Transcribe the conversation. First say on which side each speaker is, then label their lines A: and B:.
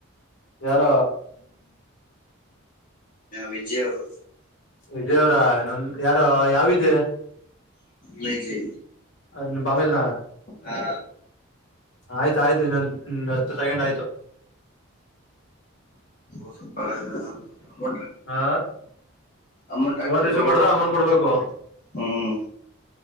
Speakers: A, on the left; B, on the left.
A: ಯಾರ
B: ವಿಜಯರು
A: ವಿಜಯವ್ರ ಇನ್ನೊಂದ ಯಾರ ಯಾವಿದೆ
B: ಮಜಿ
A: ನಿ ಬಮ್ಮದನ
B: ಹಾ
A: ಆಯ್ತ ಆಯ್ತು ಇನ್ನೊಂದ ಹತ್ತು ಸೆಕೆಂಡ್ ಆಯ್ತು
B: <unintelligible>
A: ಹಾ
B: ಅಮೌಂಟ್ ಹಾಕ್ಬೇಕು
A: ಫೋನ್ ರಿಸೀವ್ ಮಾಡ್ರ ಅಮೌಂಟ್ ಕೊಡ್ಬೇಕು
B: ಹ್ಮ್